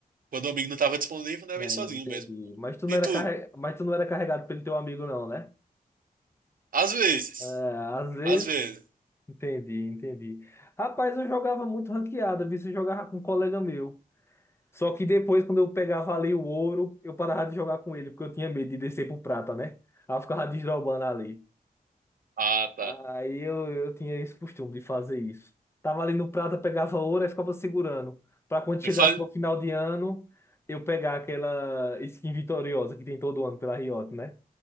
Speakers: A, on the right (about 65°); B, on the left (about 15°).
A: Quando o amigo não estava disponível, né,
B: né,
A: eu ia sozinho
B: entendi.
A: mesmo.
B: Mas tu não
A: E
B: era
A: tu?
B: carre... Mas tu não era carregado pelo teu amigo, não, né?
A: Às vezes.
B: É, às vezes
A: Às vezes.
B: Entendi, entendi. Rapaz, eu jogava muito ranqueada, vi se jogava com um colega meu. Só que depois, quando eu pegava ali o ouro, eu parava de jogar com ele, porque eu tinha medo de descer pro prata, né? Aí eu ficava desdobando ali.
A: Ah, tá.
B: Aí eu, eu tinha esse costume de fazer isso. Tava ali no prata, pegava ouro e ficava segurando. Pra quando chegasse
A: Eu faz...
B: no final de ano, eu pegar aquela skin vitoriosa que tem todo ano pela Riot, né?